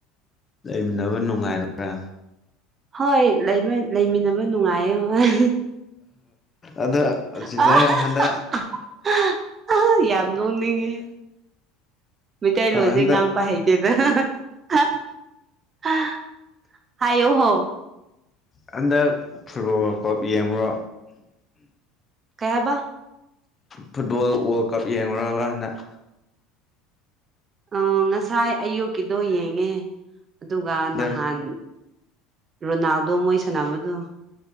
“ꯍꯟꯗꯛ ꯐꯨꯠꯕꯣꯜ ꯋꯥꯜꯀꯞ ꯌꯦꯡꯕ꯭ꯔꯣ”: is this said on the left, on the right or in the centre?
Left